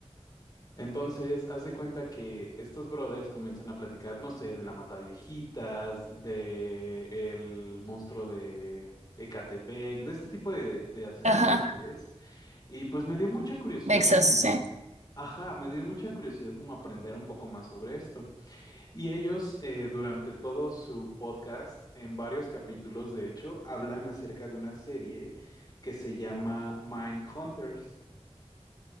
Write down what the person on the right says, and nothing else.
Ajá,
Vexas,
sí.